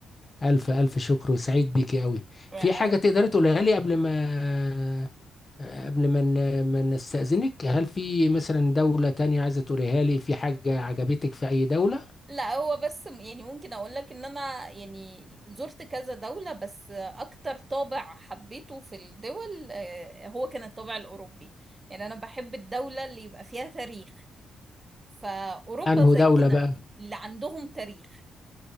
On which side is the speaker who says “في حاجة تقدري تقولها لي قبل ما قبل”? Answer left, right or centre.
Left